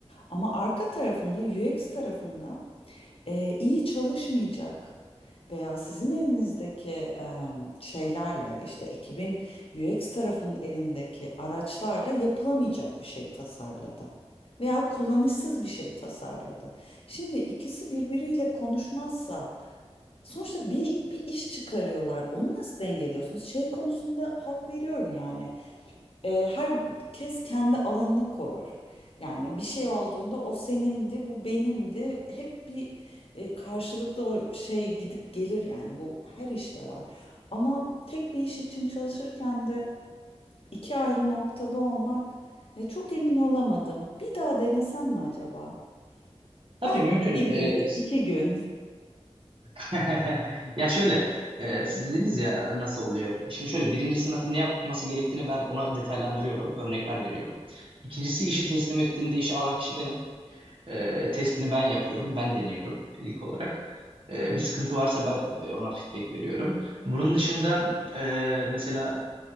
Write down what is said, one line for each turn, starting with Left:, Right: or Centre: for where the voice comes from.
Left: Ama arka tarafında UX tarafında e, iyi çalışmayacak veya sizin elinizdeki e, şeylerle işte ekibin UX tarafının elindeki araçlarla yapılamayacak bir şey tasarladı. Veya kullanışsız bir şey tasarladı. Şimdi ikisi birbiriyle konuşmazsa sonuçta bir, bir iş çıkarıyorlar. Onu nasıl dengeliyorsunuz? Şey konusunda hak veriyorum yani. E, herkes kendi alanını korur. Yani bir şey olduğunda o senindi, bu benimdi. Hep bir e, karşılıklı o şey gidip gelir yani bu her işte var. Ama tek bir iş için çalışırken de iki ayrı noktada olmak ya çok emin olamadım. Bir daha denesem mi acaba?
Right: Tabii
Left: Belki
Right: mümkün.
Left: hibrit,
Right: Ee,
Left: iki gün.
Right: <laughs> Ya şöyle, e, siz dediniz ya nasıl oluyor? Şimdi şöyle birincisi na- ne yapması gerektiğini ben ona detaylandırıyorum, örnekler veriyorum. İkincisi işi teslim ettiğinde işi alan kişi benim. E, testini ben yapıyorum, ben deniyorum ilk olarak. E, bir sıkıntı varsa ben e, ona feedback veriyorum. Bunun dışında e, mesela